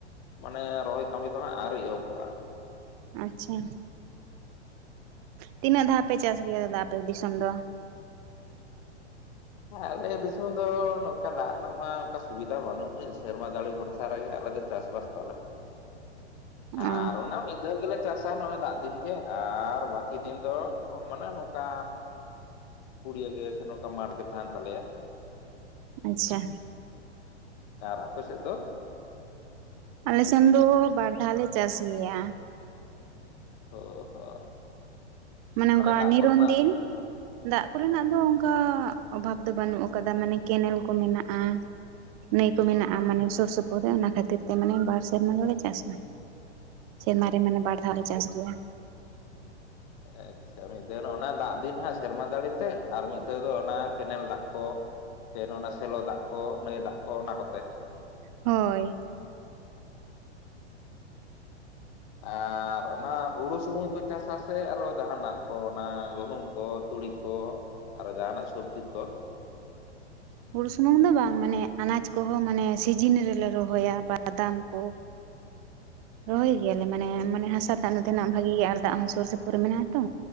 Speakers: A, on the left; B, on the right.
A: ᱢᱟᱱᱮ ᱨᱚᱦᱚᱭ ᱠᱟᱢᱤ ᱫᱚ ᱦᱟᱸᱜ ᱟᱣᱨᱤ ᱮᱦᱚᱵᱚᱜᱼᱟ᱾
B: ᱟᱪᱪᱷᱟ ᱛᱤᱱᱟᱹᱜ ᱫᱷᱟᱣ ᱯᱮ ᱪᱟᱥ ᱜᱮᱭᱟ ᱫᱟᱫᱟ ᱟᱯᱮ ᱫᱤᱥᱚᱢ ᱫᱚ?
A: ᱟᱞᱮ ᱫᱤᱥᱚᱢ ᱫᱚ ᱱᱚᱝᱠᱟ ᱫᱟᱜ ᱨᱮᱱᱟᱜ ᱢᱟ ᱚᱱᱠᱟ ᱥᱩᱵᱤᱫᱷᱟ ᱵᱟᱹᱱᱩᱜ ᱩᱱᱟᱹᱜ ᱥᱮᱨᱢᱟ ᱡᱟᱲᱤ ᱵᱷᱚᱨᱥᱟ ᱨᱮᱜᱮ ᱟᱞᱮ ᱫᱚ ᱪᱟᱥ ᱵᱟᱥ ᱛᱟᱞᱮ ᱟᱨ
B: ᱚ
A: ᱚᱱᱟ ᱢᱤᱫᱼᱼ ᱰᱷᱮᱨ ᱜᱮᱞᱮ ᱪᱟᱥᱟ ᱱᱚᱜᱼᱚᱭ ᱫᱟᱜ ᱫᱤᱱ ᱜᱮ ᱟᱨ ᱵᱟᱹᱠᱤ ᱫᱤᱱ ᱫᱚ ᱢᱟᱱᱮ ᱱᱚᱝᱠᱟ ᱯᱩᱲᱤᱭᱟᱹ ᱜᱮ ᱥᱮ ᱱᱚᱝᱠᱟ ᱢᱟᱴᱷ ᱜᱮ ᱛᱟᱦᱮᱱ ᱛᱟᱞᱮᱭᱟ᱾
B: ᱟᱪᱪᱷᱟ
A: ᱟᱨ ᱟᱯᱮ ᱥᱮᱫ ᱫᱚ?
B: ᱟᱞᱮ ᱥᱮᱱ ᱫᱚ ᱵᱟᱨ ᱫᱷᱟᱣ ᱞᱮ ᱪᱟᱥ ᱜᱮᱭᱟ᱾
A: ᱦᱳ ᱦᱚᱸ
B: ᱢᱟᱱᱮ ᱚᱝᱠᱟ
A: ᱫᱟᱜ
B: ᱱᱤᱨᱚᱱ
A: ᱠᱚᱨᱮᱱᱟᱜ
B: ᱫᱤᱱ ᱫᱟᱜ ᱠᱚᱨᱮᱱᱟᱜ ᱫᱚ ᱚᱱ ᱠᱟ ᱚᱵᱷᱟᱵ ᱫᱚ ᱵᱟᱹᱱᱩᱜ ᱠᱟᱫᱟ ᱢᱟᱱᱮ ᱠᱮᱱᱮᱞ ᱠᱚ ᱢᱮᱱᱟᱜᱼᱟ᱾ ᱱᱟᱹᱭ ᱠᱚ ᱢᱮᱱᱟᱜᱼᱟ ᱢᱟᱱᱮ ᱥᱩᱨ ᱥᱩᱯᱩᱨ ᱨᱮ ᱚᱱᱟ ᱠᱷᱟᱹᱛᱤᱨ ᱛᱮ ᱢᱟᱱᱮ ᱵᱟᱨ ᱥᱮᱨᱢᱟ ᱜᱮᱞᱮ ᱪᱟᱥᱟ᱾ ᱥᱮᱨᱢᱟ ᱨᱮ ᱢᱟᱱᱮ ᱵᱟᱨ ᱫᱷᱟᱣ ᱞᱮ ᱪᱟᱥ ᱜᱮᱭᱟ᱾
A: <unintelligible> ᱥᱮ ᱢᱤᱫ ᱫᱷᱟᱣ ᱚᱱᱟ ᱫᱟᱜ ᱫᱤᱱ ᱦᱟᱸᱜ ᱥᱮᱨᱢᱟ ᱡᱟᱹᱲᱤᱛᱮ ᱟᱨ ᱢᱤᱫ ᱫᱷᱟᱣ ᱫᱚ ᱚᱱᱟ ᱠᱮᱱᱮᱞ ᱫᱟᱜ ᱠᱚ᱾ ᱚᱱᱟ ᱥᱮᱞᱚ ᱫᱟᱜ ᱠᱚ, ᱱᱟᱹᱭ ᱫᱟᱜ ᱠᱚ, ᱚᱱᱟ ᱠᱚᱛᱮ᱾
B: ᱦᱳᱭ,
A: ᱟᱨ ᱚᱱᱟ ᱦᱩᱲᱩ ᱥᱩᱢᱩᱝ ᱯᱮ ᱪᱟᱥᱟ ᱥᱮ ᱟᱨᱚ ᱡᱟᱦᱟᱱᱟᱜ ᱠᱚ ᱚᱱᱟ ᱜᱩᱦᱩᱢ ᱠᱚ ᱛᱩᱲᱤ ᱠᱚ ᱟᱨ ᱡᱟᱦᱟᱱᱟᱜ ᱥᱚᱵᱽᱡᱤ ᱠᱚ᱾
B: ᱦᱩᱲᱩ ᱥᱩᱢᱩᱝ ᱫᱚ ᱵᱟᱝ ᱢᱟᱱᱮ ᱟᱱᱟᱡᱽ ᱠᱚᱦᱚᱸ ᱢᱟᱱᱮ ᱥᱤᱡᱤᱱ ᱨᱮᱞᱮ ᱨᱚᱦᱚᱭᱟ ᱵᱟᱫᱟᱢ ᱠᱚ᱾
A: <inaudible>
B: ᱨᱚᱦᱚᱭ ᱜᱮᱭᱟᱞᱮ ᱢᱟᱱᱮ ᱢᱟᱱᱮ ᱦᱟᱥᱟ ᱛᱟᱜ ᱱᱚᱛᱮᱱᱟᱜ ᱵᱷᱟᱜᱤ ᱜᱮᱭᱟ ᱟᱨ ᱫᱟᱜ ᱦᱚᱸ ᱥᱩᱨ ᱥᱩᱯᱩᱨ ᱨᱮ ᱢᱮᱱᱟᱜᱼᱟ ᱛᱚ᱾